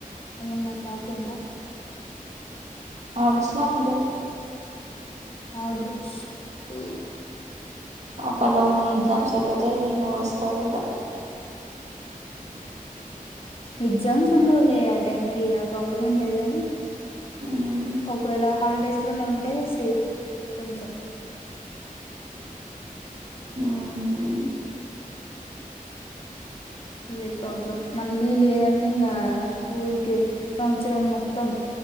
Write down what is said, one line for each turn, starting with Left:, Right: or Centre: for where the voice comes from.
Left: ఏమన్నా టాక్ ఉందా
Right: ఆగస్టులో ఉంటుంది
Left: ఆగష్టు
Right: ఆ పలోనే ఎగ్జామ్స్ అయిపోతాయి నువ్వు వస్తావ్ కూడా
Left: ఎగ్జామ్స్ ఉండవులే ఆ టైం కి ఆ ప్రాబ్లం ఏం లేదు గాని
Right: మ్మ్
Left: ఒకవేళ హాలిడేస్ లోనే ఉంటే సేఫ్ కొంచెం
Right: మ్మ్
Left: అదే ప్రాబ్లం మళ్ళీ లేదండి ఇంకా ఊరికే సంవత్సరం మొత్తం